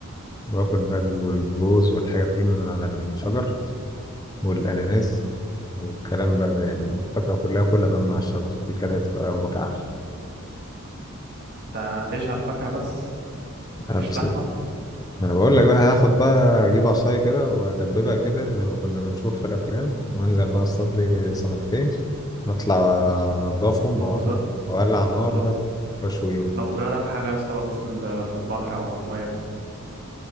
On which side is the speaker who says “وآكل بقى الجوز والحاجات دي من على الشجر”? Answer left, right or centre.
Left